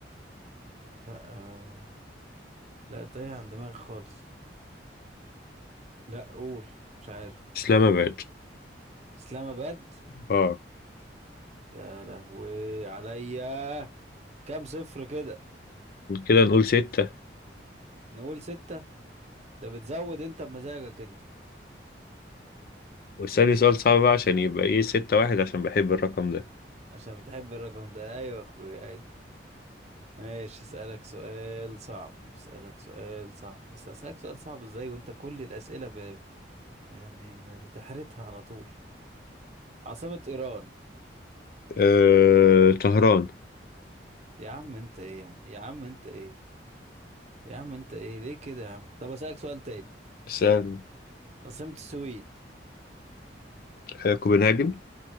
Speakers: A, on the right (about 35°); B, on the left (about 50°).
A: لا آه... لا تايه عن دماغي خالص لا قول مش عارف
B: إسلام آباد
A: اسلام اباد
B: اه
A: يا لهوي عليا كام صفر كده
B: كده نقول ستة
A: نقول ستة انت بتزود انت بمزاجك انت
B: واسألني سؤال صعب بقى عشان يبقى إيه ستة واحد عشان بحب الرقم ده
A: عشان بتحب الرقم ده ايوه يا اخويا ايوه ماشي اسألك سؤال صعب اسألك سؤال صعب بس اسألك سؤال صعب ازاي وانت كل الأسئلة ب... يعني ما بتحرتها على طول عاصمة إيران
B: آه، طهران
A: يا عم أنت إيه يعني يا عم أنت إيه يا عم أنت إيه ليه كده يا عم طب أسألك سؤال تاني
B: سأل
A: عاصمة السويد
B: آه، كوبنهاجن